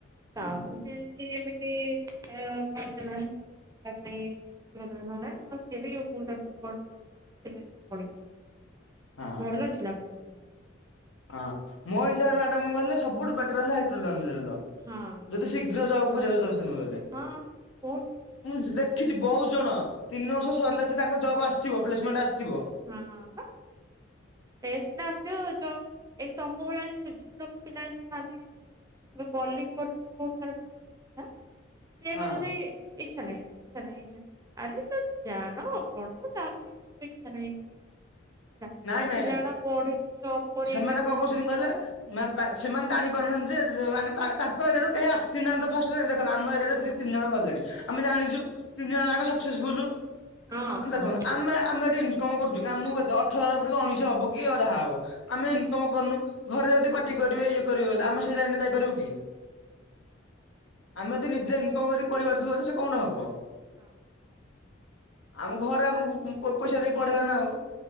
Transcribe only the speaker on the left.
ହୁଁ
ହଁ
ହଁ ମୋ
ହିସାବରେ ମ୍ୟାଡମ କଣ କହିଲେ ସବୁଠୁ ବେଟର ହେଲା <unintelligible>
<unintelligible> ଯଦି ଶୀଘ୍ର
ଯବ ଖୋଜିବାକୁ ଚାହୁଁଛନ୍ତି ବୋଲେ,
ମୁ
ଜ ଦେଖ ଖିଛି ବହୁତ ଜଣ ତିନି ବର୍ଷ ସରିଲା ଆସି ତାଙ୍କ ଜବ ଆସିିଥିବ ପ୍ଲେସମେଣ୍ଟ ଆସିଥିବ।
ହଁ
ନାଇଁ
ନାଇଁ
ସେମାନେ
କଣ
କହୁଛନ୍ତି କହିଲେ
ମାନେ
ସେମାନେ ଜାଣି ପାରୁନାହାନ୍ତି ଯେ ଜ ମାନେ ତା ତାଙ୍କ ଏରିଆରୁ କେହି ଆସିନାହାନ୍ତି ତ ଫାଷ୍ଟ <unintelligible> ଆମ ଏରିଆରେ
ଦି ତିନି ଜଣ ଗଲେଣି, ଆମେ ଜାଣିଚୁ
ତିନିଜଣ ଯାକ ସକ୍ସେସଫୁଲୁ।
ଆ
ଦେଖନ୍ତୁ ଆମେ ଆମେ ଏଠି ଇନକମ କରୁଛୁ କି ଆମକୁ କେତେ ଅଠର ହଜାର ପୂରିକି ଉଣେଇଶି ହବ କି ଯାହା ହବ। ଆମେ
ଇନକମ କରୁନୁ ଘରେ ଯଦି ପାଟି କରିବେ ଇଏ କରିବେ ବୋଲେ ଆମେ ସେଇ ଲାଇନରେ ଯାଇପାରିବୁ କି? ଆମେ ଯଦି ନିଜେ ଇନକମ କରି ପଢିପାରୁଥିବୁ ବୋଲେ ସେ କଣ <unintelligible> ହବ।
ଆମ ଘରେ ଆମକୁ ଉ ପଇସା ଦେଇକି ପଢେଇବେ ନା ଆଉ